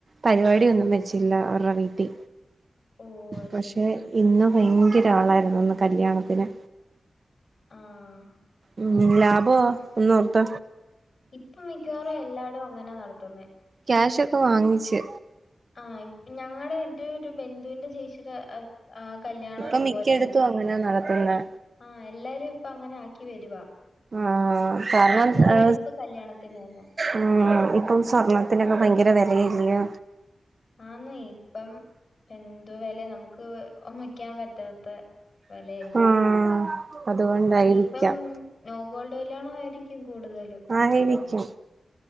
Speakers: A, on the right; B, on the left.
A: പരിപാടി ഒന്നും വെച്ചില്ല അവരുടെ വീട്ടി
B: ഓ അത്
A: പക്ഷെ
B: ശരി ശരി
A: ഇന്ന് ഭയങ്കരാളായിരുന്നു ഇന്ന് കല്യാണത്തിന്
B: ആഹ്
A: ഉം ലാഭ ഒന്നോർത്ത
B: ഇപ്പ മിക്കവാറും എല്ലാടും അങ്ങനെ നടത്തുന്നെ
A: ക്യാഷ് ഒക്കെ വാങ്ങിച്ച്
B: ആ ഞങ്ങളുടെ എന്റെ ഒരു ബന്ധുവിന്റെ ചേച്ചിയുടെ ആഹ് കല്ല്യാണം
A: ഇപ്പൊ
B: ഇതുപോലായിരുന്ന്
A: മിക്കയിടത്തും അങ്ങനാ നടത്തുന്നെ
B: ആഹ് എല്ലരും ഇപ്പ അങ്ങനെ ആക്കി വരുവാ
A: ആഹ് കാരണം
B: പൈസ വേടിപ്പ്
A: ഏ
B: കല്യാണത്തിന് തന്നെ
A: ആ ഇപ്പം സ്വർണത്തിനൊക്കെ ഭയങ്കര വെലയല്ലെ
B: ആന്ന് ഇപ്പം എന്തു വെല നമുക്ക് ഒമയ്ക്കാൻ പറ്റാത്ത വെലയല്ലേ
A: ആഹ് അതുകൊണ്ടായിരിക്കാം
B: ഇനിയിപ്പം നോഗോൾഡ് കല്യാണ ആയിരിക്കും കൂടുതലും
A: ആയിരിക്കും